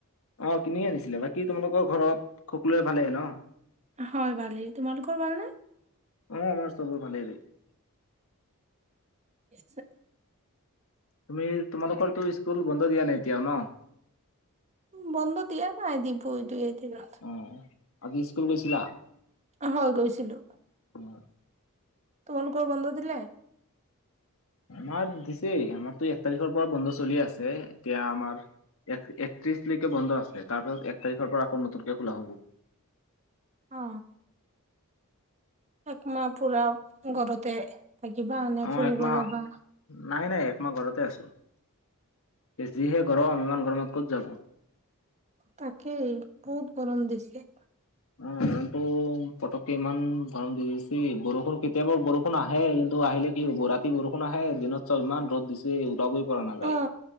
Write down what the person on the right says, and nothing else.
হয় ভালেই তোমালোকৰ ভাল নে?
ইচে
উম বন্ধ দিয়া নাই দিব দুই এদিনত
হয় গৈছিলো
তোমালোকৰ বন্ধ দিলে
অ একমাহ পুৰা ঘৰতে থাকিবা নে
ফুৰিব
যাবা
তাকে বহুত গৰম দিছে
অ